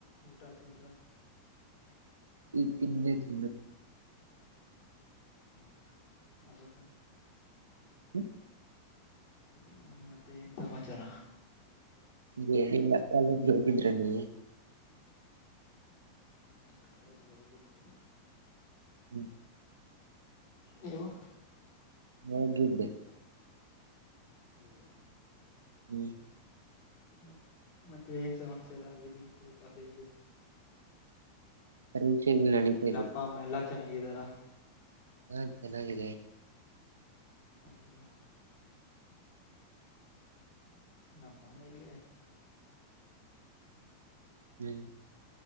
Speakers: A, on the left; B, on the right.
A: ಊಟ ತಿಂದ್ರ.
B: ಈಗ ತಿನ್ಬೇಕು
A: ಹ ಅದು.
B: ಹ್ಮ.
A: ಹ ಮತ್ತೆ ಏನ್ ಸಮಾಚಾರ.
B: ಏನಿಲ್ಲ ಕಾಲೇಜ್ಗೆ ಹೋಗಿದ್ರ ನೀವು.
A: ಹ ಕಾಲೇಜ್ಗೆ ಹೋಗಿದ್ವಿ.
B: ಹ್ಮ.
A: ನೀವು.
B: ಹೋಗಿದ್ದೆ
A: ಹೌದಾ
B: ಹ್ಮ್
A: ಮತ್ ಮತ್ತೆ ಏನ್ ಸಮಾಚಾರ ಎಲ್ಲಿಗಿತ್ತು ಕಾಲೇಜು
B: ಪರೀಕ್ಷೆಗಳು
A: ನಿಮ್ಮ
B: ನಡೀತಾ
A: ಮನೇಲಿ
B: ಇದೆ
A: ಅಪ್ಪ ಅಮ್ಮ ಎಲ್ಲಾ ಚೆನ್ನಾಗಿದ್ದಾರ
B: ಹಾ ಚೆನ್ನಾಗಿದೆ
A: ಹ ನಮ್ಮ ಮನೇೆಯಲ್ಲಿ
B: ಹ್ಮ್